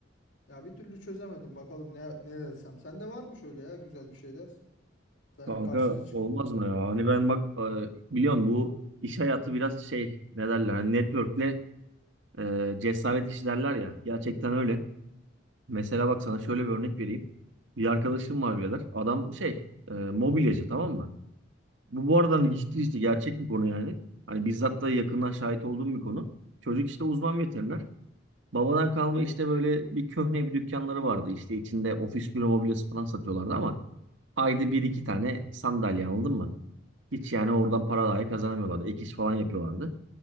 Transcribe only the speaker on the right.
Kanka
olmaz mı ya? Hani ben bak e, biliyorsun bu iş hayatı biraz şey ne derler hani network'le e, cesaret işi derler ya. Gerçekten öyle. Mesela bak sana şöyle bir örnek vereyim. Bir arkadaşım var birader. Adam şey e, mobilyacı tamam mı? Bu bu arada hani ciddi işte gerçek bir konu yani. Hani bizzat da yakından şahit olduğum bir konu. Çocuk işte uzman veteriner. Babadan kalma işte böyle bir köhne bir dükkanları vardı. İşte içinde ofis büro mobilyası falan satıyorlardı ama ayda bir iki tane sandalye anladın mı? Hiç yani oradan para dahi kazanamıyorlardı. Ek iş falan yapıyorlardı.